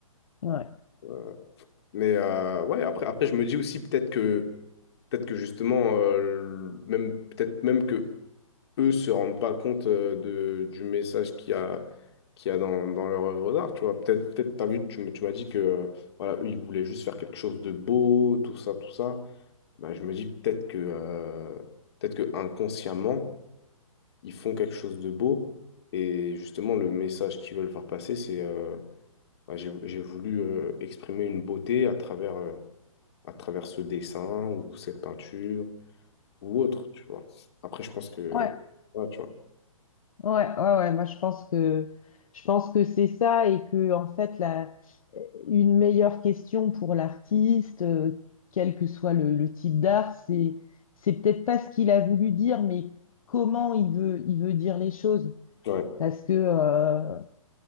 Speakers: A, on the left (about 75°); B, on the left (about 50°).
A: Ouais.
B: Euh, Mais euh, ouais, après, après, je me dis aussi peut-être que, peut-être que justement, euh, même, peut-être même que eux se rendent pas compte euh, de, du message qu'il y a, qu'il y a dans, dans leur œuvre d'art, tu vois. Peut-être, peut-être, t'as vu, tu, m- tu m'as dit que, euh, voilà, eux, ils voulaient juste faire quelque chose de beau, tout ça, tout ça. bah, je me dis peut-être que, euh, peut-être que inconsciemment, ils font quelque chose de beau. Et justement, le message qu'ils veulent faire passer, c'est euh, bah, j'ai, j'ai voulu euh, exprimer une beauté à travers, euh, à travers ce dessin ou cette peinture ou autre, tu vois. Après, je pense que.
A: Ouais.
B: Ouais, tu vois.
A: Ouais, ouais, ouais, moi je pense que je pense que c'est ça et que en fait la une meilleure question pour l'artiste, euh, quel que soit le, le type d'art, c'est c'est peut-être pas ce qu'il a voulu dire, mais comment il veut il veut dire les choses.
B: Ouais.
A: Parce que euh,